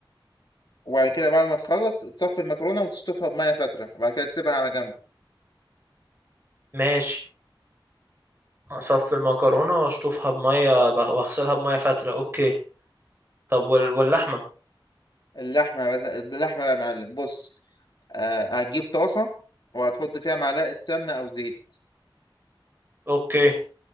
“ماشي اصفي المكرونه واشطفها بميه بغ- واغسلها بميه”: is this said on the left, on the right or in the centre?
Right